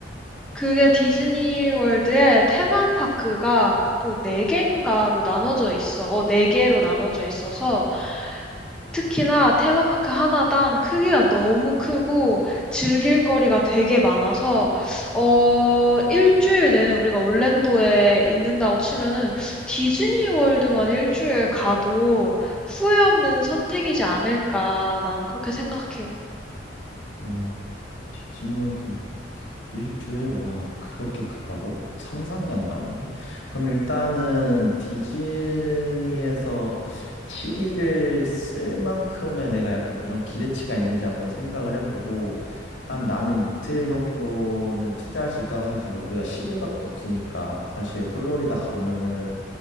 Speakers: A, in the centre; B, on the left (about 80°).
A: 그게 디즈니 월드의 테마파크가 또 4개인가로 나눠져 있어. 어, 네 개로 나눠져 있어서 특히나 테마파크 하나당 크기가 너무 크고 즐길 거리가 되게 많아서 어, 일주일 내내 우리가 올랜도에 있는다고 치면은 디즈니 월드만 일주일 가도 후회 없는 선택이지 않을까 나는 그렇게 생각해.
B: 와, 디즈니 월드 일주일? 와, 그렇게 크다고? 상상이 안 가는데? 그럼 일단은 디즈니에서 7일을 쓸 만큼의 내가 약간 그런 기대치가 있는지 한번 생각을 해보고, 한 나는 이틀 정도는 투자할 수 있다고 생각하는데, 우리가 10일밖에 없으니까, 사실 플로리다 가면은